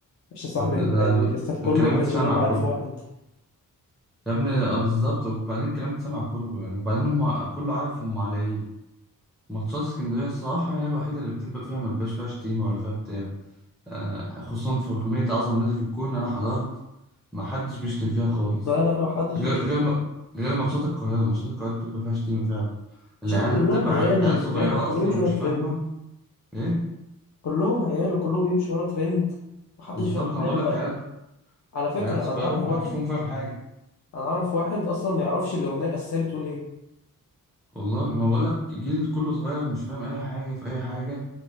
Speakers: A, on the left; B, in the centre.
A: مش يا صاحبي
B: طب
A: انت
B: ده
A: يعني
B: ال-
A: الاستاد كله
B: الكلام
A: ما
B: اتسمع
A: كانش مجمع
B: كله
A: 1000 واحد
B: يا ابني آه، بالظبط وبعدين الكلام اتسمع كله يعني وبعدين هم كله عارف هم على ايه ماتشات اسكندرية الصراحة هي الوحيدة اللي بتبقى فيها ما بيبقاش فيها شتيمة ولا فيها بتاع آه، خصوصا في أغنية أعظم نادي في الكون أنا حضرت ما حدش بيشتم فيها خالص
A: لا
B: يعني
A: لا لا محدش
B: غير
A: بيشتم
B: غير ما غير ماتشات القاهرة ماتشات القاهرة بتبقى فيها شتيمة فعلا العيال
A: عشان هما كلهم
B: بتبقى
A: عيال
B: عيال عيال
A: اللي
B: صغيرة
A: هناك كلهم
B: أصلا
A: بيمشوا
B: ومش
A: ورا ترند
B: فاهمة إيه
A: كلهم عيال وكلهم بيمشوا ورا ترند محدش
B: بالظبط
A: فاهم حاجة
B: أنا بقول
A: خالص.
B: لك عيال
A: على فكرة
B: عيال صغيرة
A: انا اعرف
B: ما
A: واحد
B: حدش فيهم فاهم حاجة
A: انا اعرف واحد اصلا ما يعرفش الاغنية الاساسية بتقول ايه
B: والله ما بقول لك جيل كله صغير مش فاهم أي حاجة في أي حاجة